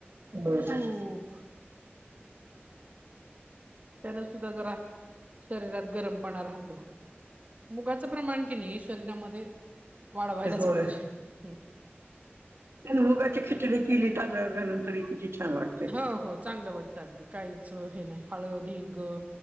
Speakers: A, on the right; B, on the right.
A: होय
B: सूप त्यान सुद्धा जरा शरीरात गरमपणा राहतो मुगाचं प्रमाण कि नाही शरीरामध्ये वाढवायलाच
A: होय
B: पाहिजे ह
A: आणि मुगाची खिचडी किली तांदळल्या नंतर किती छान वाट
B: हो हो चांगलं वाटतं अगदी काहीच हे नाही हळद हिंग